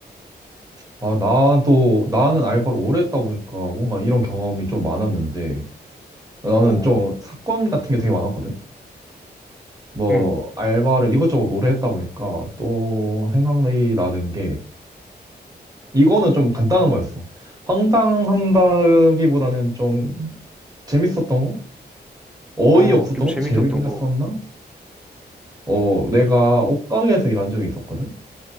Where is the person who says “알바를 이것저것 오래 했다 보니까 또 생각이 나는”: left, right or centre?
Right